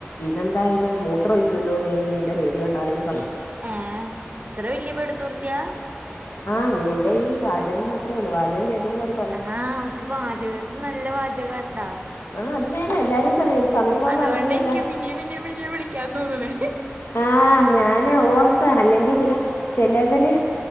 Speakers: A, on the left; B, on the right.
A: ഇതെന്താഇത് മൂത്രോയ്ക്കൂല്ലോ നീ നിന്റെ പേടികണ്ടാലന്ന്പറയും.
B: ഏഹ്ഇത്രവെല്യപേടിത്തൂറത്യ.
A: ആഹ്ഇനിഎന്റെ ഈ വാചകം മാത്രേള്ളൂവാചകം കേക്കുമ്പോർ
B: ആഹ്പഷേവാചക നല്ലവാ ചകാട്ടാ.
A: ആ അത് നേരെ എല്ലാവരും പറയും സമയം പോകുന്ന
B: അതോണ്ടെനിക്ക്പിന്നിം
A: അറിയുകയില്ല
B: പിന്നിംപിന്നിംവിളിക്കാതോന്നണെ.
A: ആഹ്ഞാനോർത്ത്അല്ലെങ്കിപിന്നെ ചെലവര്